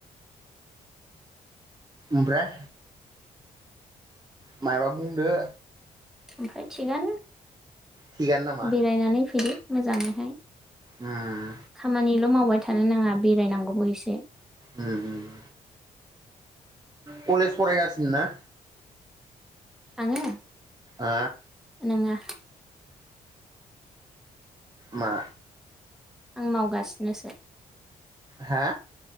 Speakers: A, on the right (about 20°); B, in the centre.
A: ओमफ्राय मायबा बुंदो
B: ओमफ्राय थिगानो
A: थिगानो नामा
B: बेरायनानै फैदो मोजाङैहाय
A: उम
B: खामानिल' मावबाय थानो नाङा बेरायनांगौबो एसे
A: उम उम कलेज फरायगासिनो ना
B: आङो
A: ओ
B: नोङा
A: मा
B: आं मावगासिनोसो
A: हा